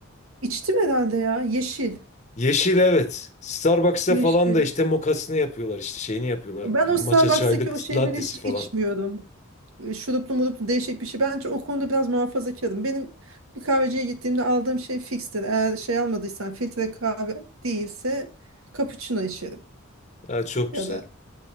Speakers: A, on the right; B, on the left.
A: İçtim herhalde ya. Yeşil.
B: Yeşil evet. Starbucks'ta
A: Yeşil.
B: falan da işte mokasını yapıyorlar işte şeyini yapıyorlar.
A: Ben
B: Matcha
A: o Starbucks'taki
B: çaylık
A: o şeyleri
B: lattesi
A: hiç
B: falan.
A: içmiyordum. E, Şuruplu muruplu değişik bir şey. Bence o konuda biraz muhafazakarım. Benim bir kahveciye gittiğimde aldığım şey fikstir. Eğer şey almadıysam filtre kahve değilse cappuccino içerim.
B: Ha, çok
A: Ya
B: güzel.
A: da